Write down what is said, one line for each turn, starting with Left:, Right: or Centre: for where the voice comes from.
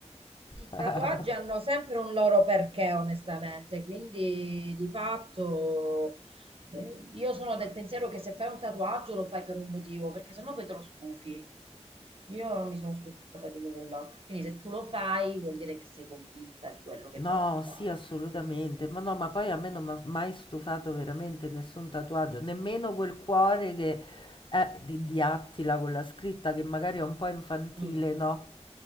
Right: I
Left: <laughs>
Right: tatuaggi hanno sempre un loro perché, onestamente, quindi di fatto eh, io sono del pensiero che se fai un tatuaggio lo fai per un motivo, perché sennò poi te lo stufi. Io non mi sono stufata di nulla, quindi se tu lo fai vuol dire che sei convinta di quello che
Left: No,
Right: vai a fare.
Left: sì, assolutamente. Ma no, ma poi a me non mi ha mai stufato veramente nessun tatuaggio, nemmeno quel cuore che è di, di Attila con la scritta che magari è un po' infantile,
Right: Mm.
Left: no?